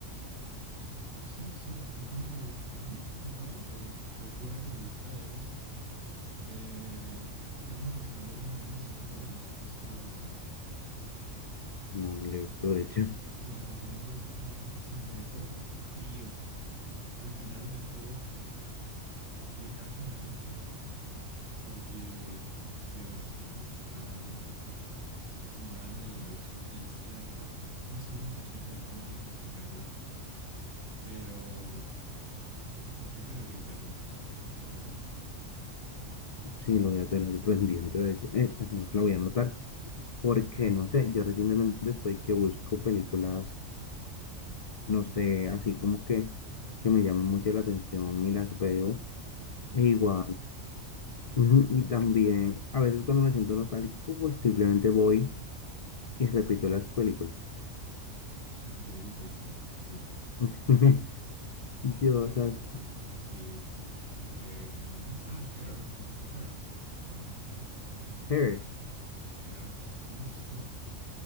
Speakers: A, on the right (about 90°); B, on the left (about 70°).
A: Sí, sí. Por ejemplo, ujú, te concuerdo. eh, creo que una que me gusta es eh, Eterno Resplandor de una mente sin recuerdos. No sé si la has visto.
B: No, no lo he visto, de hecho. <laughs>
A: Te la recomiendo brutalísimo. Me dejó frío. Al final me dejó que acaba de ver. <laughs> Porque, Dios mío, es tan humana y a la vez ficticia. am, no sé ni siquiera cómo, cómo empezar a explicártela, pero, pero creo que deberías verla. Deberías verla.
B: Sí, lo voy a tener pendiente, de hecho. Eh, es más, la voy a anotar. Porque, no sé, yo recientemente estoy que busco películas no sé, así como que, que me llaman mucho la atención y las veo.
A: Eterno
B: E igual,
A: Resplandor.
B: <laughs>
A: Eterno
B: ujú,
A: Resplandor.
B: y también, a veces cuando me siento nostálgico, pues simplemente voy y repito las películas.
A: <laughs> Yo y Toy Story. Sí.
B: <laughs> Yo,
A: Yo y
B: ¿sabes?
A: las de Toy Story. Sí, sí. Eh, ¿qué más? Ah, Hair. ¿Has visto Hair? Es muy buena, ¿no?
B: Her,
A: Hair. ¿No lo has visto?